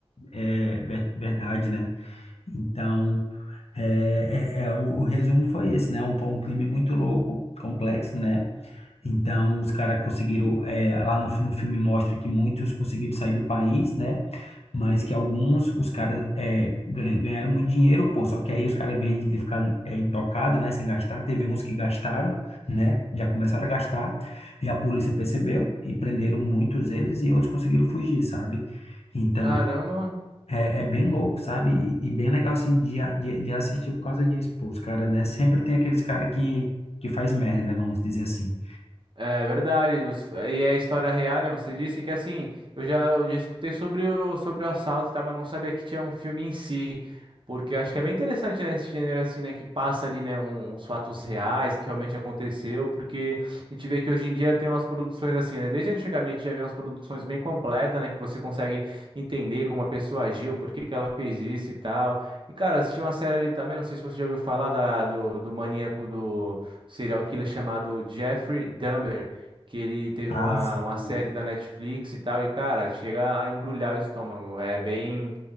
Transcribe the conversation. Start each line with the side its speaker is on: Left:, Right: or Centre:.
Left: é, ver- verdade, né? Então, é, é, é, o, o resumo foi esse, né? Um, foi um crime muito louco, complexo, né? Então, os caras conseguiram, é, lá no, no filme mostra que muitos conseguiram sair do país, né? Mas que alguns, os caras é, gan- ganharam muito dinheiro, pô. Só que aí os caras, em vez de ficar é, intocado, né, sem gastar, teve uns que gastaram, né, já começaram a gastar, e a polícia percebeu e prenderam muitos eles e outros conseguiram fugir, sabe? Então,
Right: Caramba,
Left: é, é bem louco, sabe? E, e bem legal, assim, de, a- de, de assistir por causa disso, pô. Os caras, né, sempre tem aqueles caras que, que faz merda, né, vamos dizer assim.
Right: É verdade, você- e é história real, né? Você disse que assim, eu já, eu já escutei sobre o, sobre o assalto, tá? Mas não sabia que tinha um filme em si. Porque eu acho que é bem interessante, né? Esse gênero assim, né? Que passa ali, né? Um, os fatos reais que realmente aconteceu. Porque a gente vê que hoje em dia tem umas produções assim, né? Desde antigamente já havia umas produções bem completas, né? Que você consegue entender como a pessoa agiu, por que que ela fez isso e tal. E, cara, assisti uma série ali também, não sei se você já ouviu falar da, do, do maníaco do um serial killer chamado Jeffrey Dahmer, que ele teve
Left: Ah,
Right: uma,
Left: sim,
Right: uma série da Netflix e tal, e cara, chega a embrulhar o estômago. É bem.